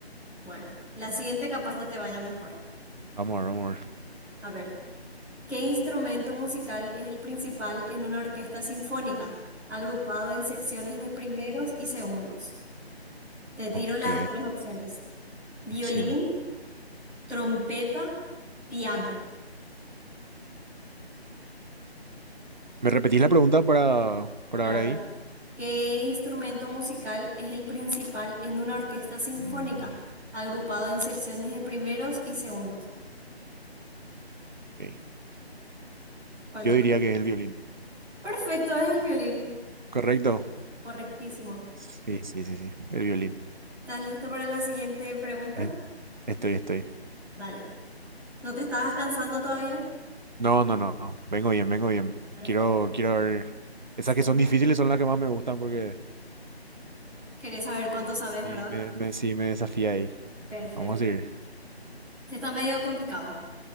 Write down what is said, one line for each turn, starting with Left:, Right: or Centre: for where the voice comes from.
Centre: Bueno, la siguiente capaz ya te vaya mejor.
Right: Vamos a ver, vamos a ver.
Centre: A ver, ¿qué instrumento musical es el principal en una orquesta sinfónica, agrupado en secciones de primeros y segundos? Te tiro
Right: Ok,
Centre: las tres opciones. Violín,
Right: decime.
Centre: trompeta, piano.
Right: ¿Me repetís la pregunta para, para
Centre: Claro.
Right: ver ahí?
Centre: ¿Qué instrumento musical es el principal en una orquesta sinfónica,
Right: Mm,
Centre: agrupado en secciones de primeros y segundos?
Right: ok.
Centre: ¿Cuál
Right: Yo
Centre: te parece?
Right: diría que es el violín.
Centre: Perfecto, es el violín.
Right: ¿Correcto?
Centre: Correctísimo.
Right: Sí, sí, sí, sí. El violín.
Centre: ¿Estás listo para la siguiente pregunta?
Right: Es- Estoy, estoy.
Centre: Dale. ¿No te estabas cansando todavía?
Right: No, no, no. no. Vengo bien, vengo bien.
Centre: Perfecto.
Right: Quiero, quiero ver. Esas
Centre: Es cuan-
Right: que son difíciles son las que más me gustan porque
Centre: Querés saber cuánto sabes,
Right: Sí,
Centre: ¿verdad?
Right: me, me, sí, me desafía ahí.
Centre: Perfecto.
Right: Vamos a ir.
Centre: Este está medio complicado.